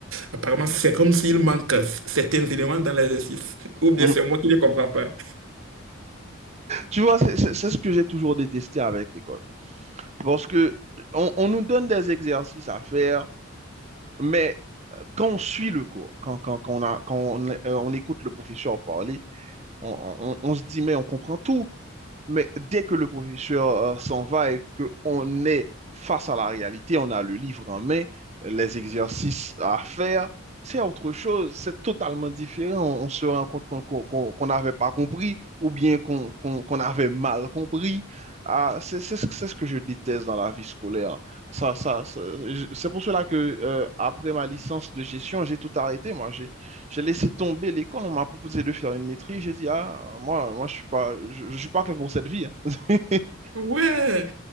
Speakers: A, on the right (about 90°); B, on the right (about 35°).
A: apparemment, c'est comme s'il manque euh, certains éléments dans l'exercice. <laughs> Ou bien
B: mhm.
A: c'est moi qui ne les comprends pas.
B: Tu vois, c'est c'est- c'est ce que j'ai toujours détesté avec l'école. Parce que on, on nous donne des exercices à faire, mais euh, quand on suit le cours, quand, quand, quand on a, quand on, euh, on écoute le professeur parler, on, on- on- on se dit, mais on comprend tout. Mais dès que le professeur euh, s'en va et qu'on est face à la réalité, on a le livre en main, les exercices à faire, c'est autre chose, c'est totalement différent. On, on se rend compte qu'on qu'on- qu'on- qu'on n'avait pas compris ou bien qu'on qu'on- qu'on avait mal compris. Ah, c'est c'est ce que c'est ce que je déteste dans la vie scolaire. Ça, ça, ça- je- c'est pour cela que euh, après ma licence de gestion, j'ai tout arrêté. Moi, j'ai. J'ai laissé tomber l'école, on m'a proposé de faire une maîtrise. J'ai dit, ah, moi, moi, je suis pas, je, je suis pas fait pour cette vie. hein. <laughs>
A: Ouais.